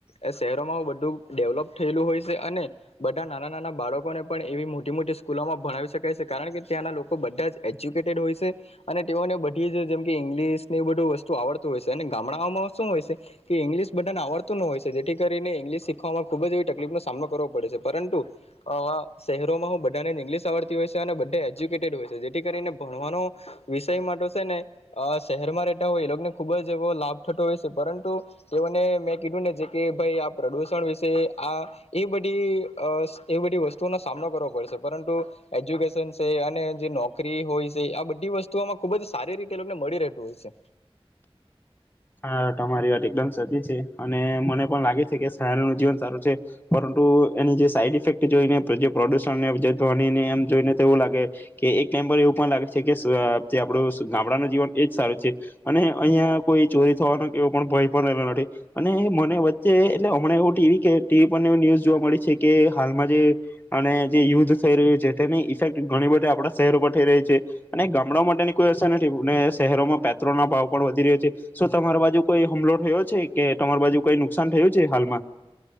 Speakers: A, on the left; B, on the left.
A: એ શહેરોમાં બધું ડેવલોપ થયેલું હોય છે અને બધા નાના નાના બાળકોને પણ એવી મોટી મોટી સ્કૂલોમાં ભણાવી શકાય છે કારણ કે ત્યાંના લોકો બધા જ એજ્યુકેટેડ હોય છે અને તેઓને બધી જ જેમકે ઈંગ્લિશની બધું વસ્તુ આવડત હોય છે અને ગામડાઓમાં શું હોય છે કે ઇંગ્લિશ બધાને આવડતું ન હોય છે. જેથી કરીને ઇંગ્લિશ શીખવામાં ખુબ જ એવી તકલીફ નો સામનો કરવો પડે છે પરંતુ શહેરોમાં હું બધાને જ ઇંગ્લિશ આવડતી હોય છે અને બધા હોય છે જેથી કરીને ભણવાનો વિષય માટે છે ને. અ શહેરમાં ર રહેતા હોય એ લોકોને ખુબ જ એવો લાભ થઠતોો હોય છે પરંતુ એઓને મેં કીધું ને જે. કે ભાઈ આ પ્રદુષણ વિશે આ એ બધી એ બધી વસ્તુઓનો સામનો કરવો પડશે પરંતુ એજ્યુકેશન છે અને જે નોકરી હોય છે આ બધી વસ્તુઓમાં ખુબ જ સારી રીતે એ લોકોને મળી રહેતું હોય છે
B: હા તમારી વાત એકદમ સચી છે અને મને પણ લાગે છે. કે સારૂ નું જીવન સારું છે. પરંતુ એની જે સાઈડ ઇફેક્ટ જોઈને જે પ્રોડ્યુસન ને ધને એમ જોઈને તો એવું લાગે કે એક ટાઈમ પર એવુ વ લાગે છે. કેસ જે આપડું ગામડા ન જીવન એજ સારું છે. અને અહિયાં કોઈ, ચોરી થવાનો એવો પણ ભય પણ રહલો નથી અને મને વચ્ચે એટલે હમણાં એવું ટીવી કે ટીવી પર એ ન્યૂઝ જોવા મળી છે કે હાલમાં જે અને જે યુદ્ધ થઈ રહ્યું છે તેની ઇફેક્ટ ઘણી બધી આપણા શહેરો પર થઈ રહી છે. અને ગામડાઓ માટેની કોઈ અસર નથી. શહેરોમાં, પેટ્રોલના, ભાવ પણ વધી રહ્યો છે. શું તમારા બાજુ કોઈ હુમલો થયો છે. કે તમારી બાજુ કોઈ નુકસાન, થયું છે. હાલમાં